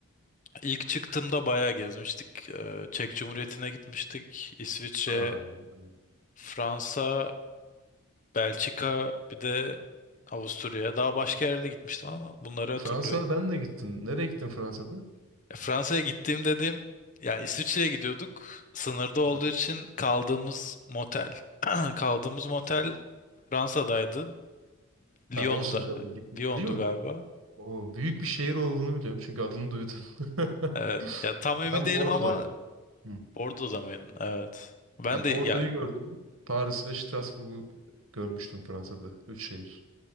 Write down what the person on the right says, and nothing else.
Aa, evet.
Fransa'ya ben de gittim. Nereye gittin Fransa'da?
Ha.
Ha,
olsun canım. Gittim.
Lyon.
O büyük bir şehir olduğunu biliyorum çünkü adını duydum. <laughs>
Ben
Bordeaux'daydım.
Hı.
Ya
Bordeaux'u
gördüm. Paris ve Strasbourg'u görmüştüm Fransa'da. Üç şehir.